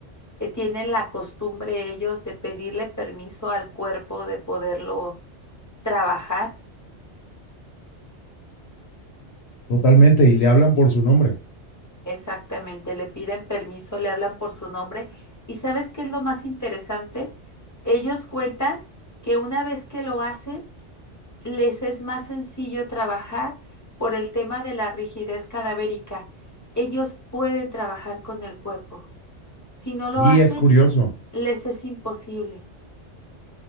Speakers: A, on the left; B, on the left.
A: eh, tienen la costumbre ellos de pedirle permiso al cuerpo de poderlo trabajar.
B: Totalmente, y le hablan por su nombre.
A: Exactamente, le piden permiso, le hablan por su nombre. ¿Y sabes qué es lo más interesante? Ellos cuentan que una vez que lo hacen, les es más sencillo trabajar por el tema de la rigidez cadavérica. Ellos pueden trabajar con el cuerpo. Si no lo
B: Sí,
A: hacen,
B: es curioso.
A: les es imposible.